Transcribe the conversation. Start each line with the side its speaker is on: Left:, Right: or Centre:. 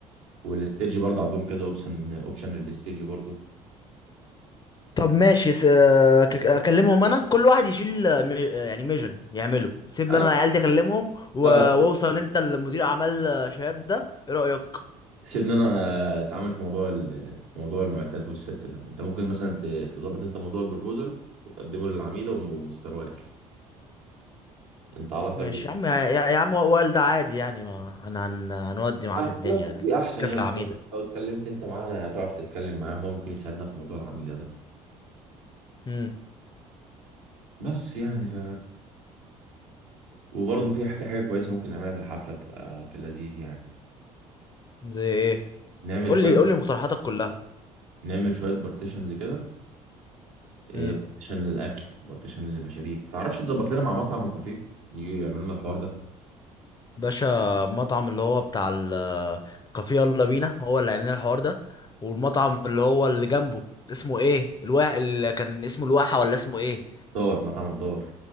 Right: والاستديو برضه عندهم كذا اوبشن اوبشن للاستديو برضه
Left: طب ماشي س... آه، ك- آه، اكلمهم انا كل واحد يشيل آه، مي... آه، يعني ميجن يعمله سيب
Right: انا
Left: لي انا العيال دي اكلمهم و...
Right: لا
Left: واوصل
Right: لا
Left: انت لمدير اعمال آه، شباب ده ايه رايك
Right: سيبني انا اتعامل في موضوع ال... في موضوع المعدات والست ده انت ممكن مثلا ت- تظبط انت موضوع البروبوزل وتقدمه للعميده ومستر وائل انت علاقتك
Left: ماشي
Right: بيه
Left: يا عم يا, يا عم وائل ده عادي يعني ما هن هن هنودي معاك
Right: علاقتك
Left: الدنيا الفكرة
Right: بيه احسن يعني
Left: في العميدة
Right: لو لو اتكلمت انت معاه تعرف تتكلم معاه هو ممكن يساعدنا في موضوع العميده ده
Left: امم
Right: بس يعني ف وبرضه في في حاجه كويسه ممكن نعملها في الحفله بتبقى في اللذيذ يعني
Left: زي ايه
Right: نعمل
Left: قول
Right: شويه
Left: لي قول لي مقترحاتك كلها
Right: نعمل شويه بارتيشنز كده بارتيشن
Left: امم
Right: للاكل بارتيشن للمشاريب تعرفش تظبط لنا مع مطعم وكافيه يجوا يعملوا لنا الحوار ده
Left: باشا المطعم اللي هو بتاع الكافيه يلا بينا هو اللي عاملين الحوار ده والمطعم اللي هو اللي جنبه اسمه ايه الوا اللي كان اسمه الواحة ولا اسمه ايه
Right: دار مطعم الدار